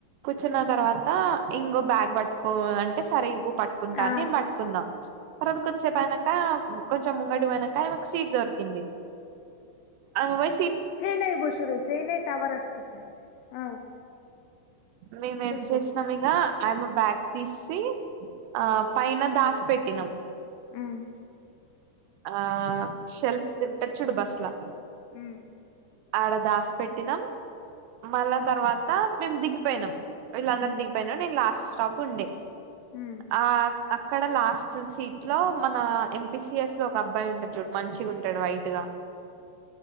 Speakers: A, on the right; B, on the left.
A: కూర్చున్న తర్వాత ఇంగో బ్యాగ్ పట్టుకో అన్ అంటే సరే ఇవ్వు పట్టుకుంటా
B: ఆ
A: నేను పట్టుకున్నా తర్వాత కొంచేపయినంక కొంచెం ముంగటి పోయినంక ఆయమకు సీట్ దొరికింది ఆమె పొయ్
B: చైనయి బషూరుయి సయినేై టవర్ అస్ స ఆ
A: మేమేం
B: చెప్పు
A: చేసినం ఇగ ఆయమ్మ బ్యాగ్ తీసి ఆ పైన దాసి పెట్టినాం
B: మ్మ్
A: ఆ శెల్ఫదుంటది చూడు బస్లా
B: మ్మ్
A: ఆడ దాసి పెట్టినాం మళ్ళా తర్వాత మేము దిగిపోయినం వీళ్ళందరు
B: మ్
A: దిగిపోయినా నేను లాస్ట్ స్టాప్ ఉండే
B: మ్
A: ఆ అక్కడ లాస్ట్ టు సీట్ లో మన ఎంపీసిఎస్ లో ఒక అబ్బాయి ఉంటాడు చూడు మంచిగుంటాడు వైట్గా